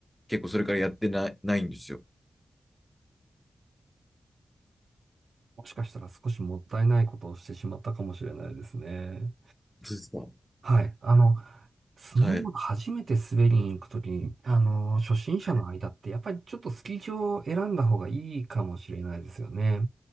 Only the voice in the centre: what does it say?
結構それからやってない、ないんですよ。
そうですか。
はい。
はい